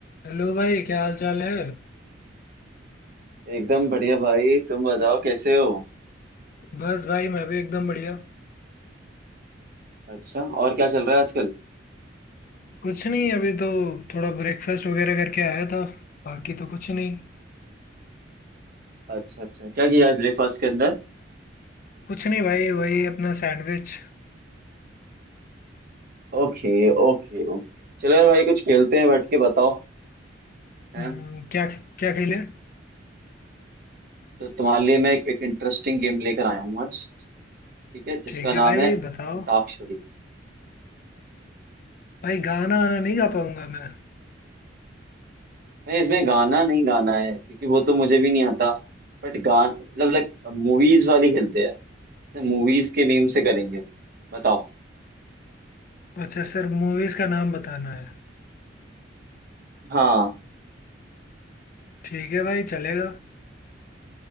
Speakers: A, on the left (about 50°); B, on the right (about 55°).
A: Hello भाई क्या हाल चाल है
B: एकदम बढ़िया भाई तुम बताओ कैसे हो
A: बस भाई मैं भी एकदम बढ़िया
B: अच्छा और क्या चल रहा है आजकल
A: कुछ नहीं अभी तो थोड़ा ब्रेकफास्ट वगैरह करके आया था बाकी तो कुछ नहीं
B: अच्छा अच्छा क्या किया आज ब्रेकफास्ट के अंदर
A: कुछ नहीं भाई वही अपना सैंडविच
B: ओके ओके ओके चलो यार भाई कुछ खेलते हैं बैठ के बताओ हैं
A: हम्म, क्या क्या खेले
B: तो तुम्हारे लिए मैं एक, एक इंटरेस्टिंग गेम लेकर आया हूँ आज ठीक है जिसका
A: ठीक
B: नाम
A: है भाई
B: है
A: बताओ
B: अंताक्षरी
A: भाई गाना आना नहीं गा पाऊंगा मैं
B: भाई इसमें गाना नहीं गाना है क्योंकि वो तो मुझे भी नहीं आता बट गान मतलब लाइक मूवीज वाली खेलते हैं मूवीज के नेम से करेंगे बताओ
A: अच्छा सर मूवीज का नाम बताना है
B: हाँ
A: ठीक है भाई चलेगा